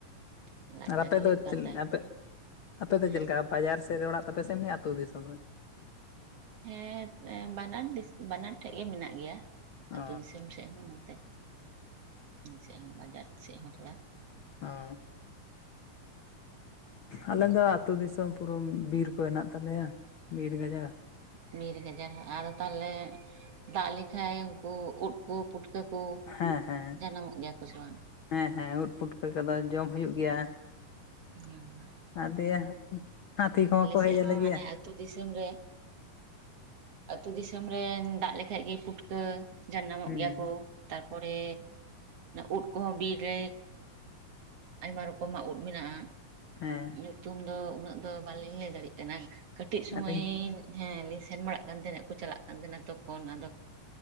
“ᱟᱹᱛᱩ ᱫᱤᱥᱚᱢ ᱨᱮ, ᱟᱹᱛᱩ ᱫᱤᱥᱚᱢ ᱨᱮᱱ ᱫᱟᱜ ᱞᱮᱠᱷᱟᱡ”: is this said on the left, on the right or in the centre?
Right